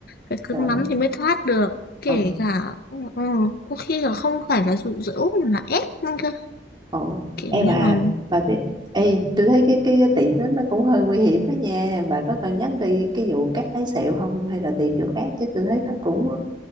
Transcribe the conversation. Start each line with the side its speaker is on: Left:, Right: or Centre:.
Left: phải cứng
Right: trời ơi.
Left: lắm thì mới thoát được kể
Right: ừ
Left: cả ừ, có khi là không phải là dụ dỗ mà là ép nữa cơ
Right: ừ
Left: kiểu
Right: ê bà
Left: như là
Right: bà biết ê tôi thấy cái cái, cái tiệm đó nó cũng hơi nguy hiểm đó nha bà có cần nhắc đi cái vụ cắt lấy sẹo không hay là tìm chỗ khác chứ tôi thấy nó cũng